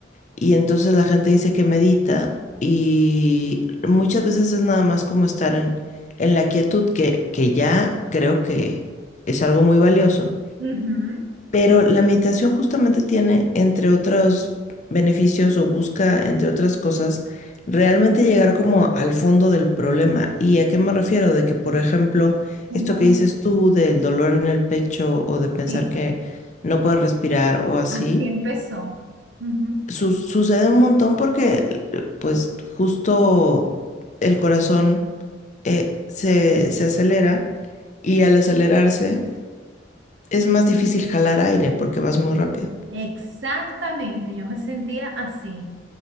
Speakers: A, on the left (about 40°); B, on the right (about 75°).
A: y entonces la gente dice que medita y muchas veces es nada más como estar en, en la quietud que, que ya creo que es algo muy valioso.
B: ujú,
A: Pero la meditación justamente tiene, entre otros beneficios o busca, entre otras cosas, realmente llegar como al fondo del problema. ¿Y a qué me refiero? De que, por ejemplo,
B: ujú,
A: esto que dices tú del dolor en el pecho o de pensar
B: Sí,
A: que no puedes respirar o así,
B: así empezó. Ujú.
A: su- sucede un montón porque, pues, justo el corazón eh, se, se acelera y al acelerarse es más difícil jalar aire porque vas muy rápido.
B: Exactamente, yo me sentía así.